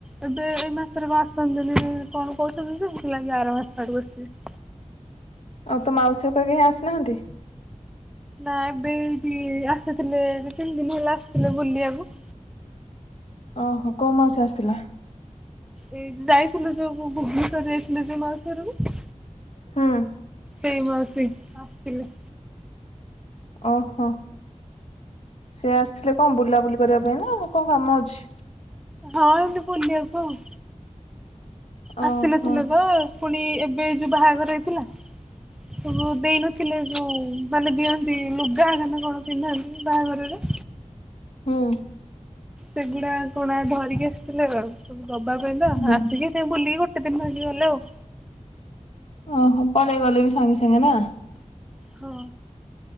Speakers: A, in the centre; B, on the left.
A: ଏବେ ଏଇ ମାସରେ କଣ ଆସନ୍ତିନି କଣ କହୁଛନ୍ତି ସବୁ ସେ ଯାଇକି ଆର ମାସ ଆଡକୁ ଆସିିବେ।
B: ଆଉ ତ ମାଉସୀ ଘଟିକା କେହି ଆସିନାହାନ୍ତି।
A: ନା ଏବେ ଏଇଠି ଆସିଥିଲେ ଦି ତିନି ଦିନ ହେଲା ଆସିଥିଲେ ବୁଲିବାକୁ।
B: ଓହୋ କୋଉ ମାଉସୀ ଆସିଥିଲା?
A: ଏଇ ଯାଇଥିଲୁ ଯୋଉ ଭୁ ଭୁବନେଶ୍ୱର ଯାଇଥିଲୁ ଯୋଉ ମାଉସୀ ଘରକୁ।
B: ହୁଁ
A: ସେଇ ମାଉସି ଆସିଥିଲେ।
B: ଓହୋ ସେ ଆସିଥିଲେ କଣ ବୁଲାବୁଲି କରିବା ପାଇଁ ନା କଣ କାମ ଅଛି?
A: ହଁ ଏମିତି ବୁଲିବାକୁ ଆଉ।
B: ଓହୋ
A: ଆସିନଥିଲ ତ ପୁଣି ଏବେ ଯୋଉ ବାହାଘର ହେଇଥିଲା ସବୁ ଦେଇନଥିଲା। ଥିଲେ ଯେଉଁ ମାନେ ଦିଅନ୍ତି ଲୁଗା ହେଗାନ କ ଣ ପିନ୍ଧନ୍ତି ବାହାଘରରେ।
B: ହୁଁ।
A: ସେଗୁଡା କଣ ଧରିକି ଆସିଥିଲେ ଆଉ। ସବୁ ଦବା ପାଇଁ ତ
B: ହୁଁ।
A: ଆସିକି ସେଇ ବୁଲିକି ଗୋଟେ ଦିନ ହେଇକି ଗଲେ ଆଉ।
B: ଓହୋ ପଳେଇ ଗଲେ ବି ସାଙ୍ଗେ ସାଙ୍ଗେ ନା।
A: ହଁ।